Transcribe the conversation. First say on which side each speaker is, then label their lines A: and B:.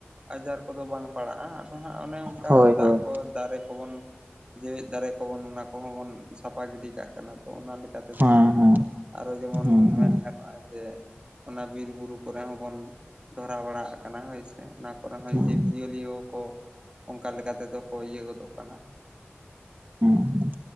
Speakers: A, on the right; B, on the right.
A: ᱟᱡᱟᱨ ᱠᱚᱫᱚ ᱵᱟᱝ ᱯᱟᱲᱟᱜᱼᱟ ᱟᱫᱚ ᱦᱟᱸᱜ ᱚᱱᱮ ᱚᱝᱠᱟ
B: ᱦᱳᱭ ᱦᱳᱭ
A: ᱫᱟᱜ ᱠᱚ ᱫᱟᱨᱮ ᱠᱚᱵᱚᱱ ᱡᱮᱣᱮᱫ ᱫᱟᱨᱮ ᱠᱚᱵᱚᱱ ᱚᱱᱟ ᱠᱚᱦᱚᱸ ᱵᱚᱱ ᱥᱟᱯᱟ ᱜᱤᱰᱤ ᱠᱟᱜ ᱠᱟᱱᱟ ᱛᱚ ᱚᱱᱟ ᱞᱮᱠᱟ ᱛᱮᱫᱚ
B: ᱦᱮᱸ
A: ᱦᱟᱸᱜ
B: ᱦᱮᱸ
A: ᱦᱳᱭ ᱡᱮᱢᱚᱱ
B: ᱦᱮᱸ
A: ᱢᱮᱱ
B: ᱦᱮᱸ
A: ᱜᱟᱱᱚᱜᱼᱟ ᱡᱮ ᱚᱱᱟ ᱵᱤᱨ ᱵᱩᱨᱩ ᱠᱚᱨᱮ ᱦᱚᱸ ᱵᱚᱱ ᱫᱷᱚᱨᱟᱣ ᱵᱟᱲᱟ ᱟᱜ ᱠᱟᱱᱟ ᱦᱳᱭ ᱥᱮ ᱚᱱᱟ ᱠᱚᱨᱮ ᱦᱚᱸ
B: ᱦᱮᱸ
A: ᱡᱤᱵᱽᱼᱡᱤᱭᱟᱹᱞᱤᱭᱳ ᱠᱚ ᱚᱱᱠᱟ ᱞᱮᱠᱟ ᱛᱮᱫᱚ ᱠᱚ ᱤᱭᱟᱹ ᱜᱚᱫᱚᱜ ᱠᱟᱱᱟ
B: ᱦᱩᱸ ᱦᱩᱸ